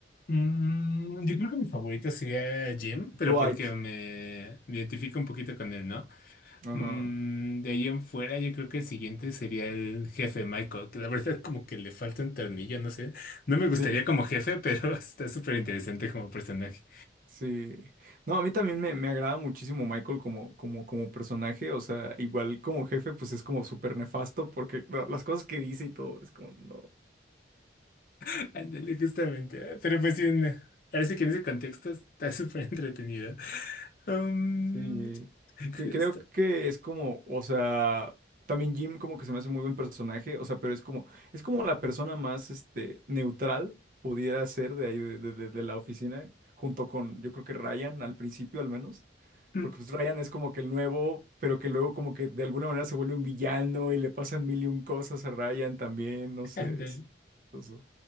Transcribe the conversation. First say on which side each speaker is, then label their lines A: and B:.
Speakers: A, on the left; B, on the right.
A: Mm, yo creo que mi favorito sería Jim, pero
B: Dwight.
A: porque me identifico un poquito con él, ¿no?
B: Ajá.
A: Mm, de ahí en fuera, yo creo que el siguiente sería el jefe Michael, que la verdad como que le falta un tornillo, no sé. No me
B: Sí.
A: gustaría como jefe, pero <laughs> está súper interesante como personaje.
B: Sí. No, a mí también me, me agrada muchísimo Michael como, como, como personaje. O sea, igual como jefe, pues es como súper nefasto porque no, las cosas que dice y todo es como, no.
A: <laughs> Ándale, justamente. Pero pues sí, en- ahora sí que en ese contexto está súper entretenido. Um,
B: Sí. Que
A: justo.
B: creo que es como, o sea, también Jim como que se me hace muy buen personaje. O sea, pero es como, es como la persona más, este, neutral pudiera ser de ahí, de, de de- de la oficina, junto con, yo creo que Ryan al principio al menos.
A: Mm,
B: Porque pues Ryan es como que el nuevo, pero que luego como que de alguna manera se vuelve un villano y le pasan mil y un cosas a Ryan también, no sé.
A: Ándale.
B: es chistoso.